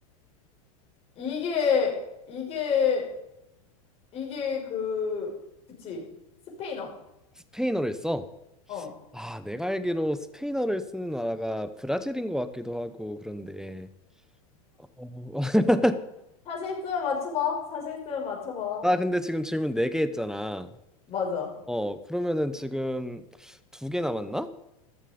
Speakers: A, on the left; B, in the centre.
A: 이게, 이게, 이게 그, 그치. 스페인어.
B: 스페인어를 써.
A: 어.
B: 아, 내가 알기로 스페인어를 쓰는 나라가 브라질인 것 같기도 하고 그런데. 어, <laughs>
A: 어, 자신 있으면 맞춰봐. 자신 있으면 맞춰봐.
B: 나 근데 지금 질문 네 개 했잖아.
A: 맞아.
B: 어, 그러면은 지금 두 개 남았나?